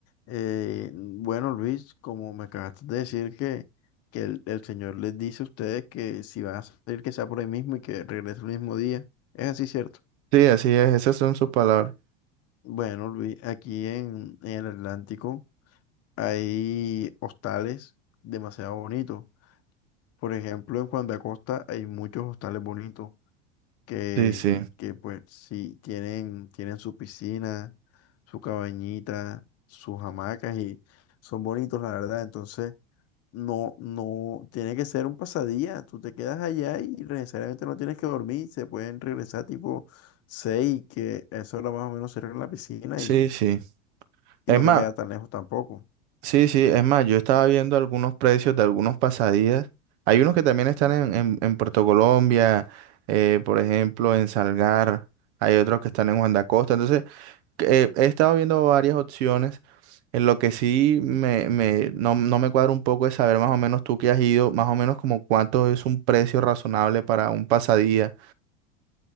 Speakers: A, on the left; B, on the right.
A: Eh, bueno, Luis, como me acabaste de decir que, que el, el Señor les dice a ustedes que si van a salir, que sea por ahí mismo y que regrese el mismo día. ¿Es así cierto?
B: Sí, así es, esas son sus palabras.
A: Bueno, Luis, aquí en, en el Atlántico hay hostales demasiado bonitos. Por ejemplo, en Juan de Acosta hay muchos hostales bonitos. que,
B: Sí, sí,
A: que pues sí, tienen, tienen su piscina, su cabañita, sus hamacas y son bonitos, la verdad. Entonces, no, no, tiene que ser un pasadía. Tú te quedas allá y necesariamente no tienes que dormir. Se pueden regresar tipo 6 que eso hora más o menos cierra la piscina
B: sí,
A: y,
B: sí.
A: y
B: Es
A: no
B: más,
A: te queda tan lejos tampoco.
B: sí, sí, es más, yo estaba viendo algunos precios de algunos pasadías. Hay unos que también están en, en, en Puerto Colombia, eh, por ejemplo, en Salgar. Hay otros que están en Juan de Acosta. Entonces, que, eh, he estado viendo varias opciones En lo que sí me, me, no, no me cuadra un poco es saber más o menos tú que has ido, más o menos como cuánto es un precio razonable para un pasadía.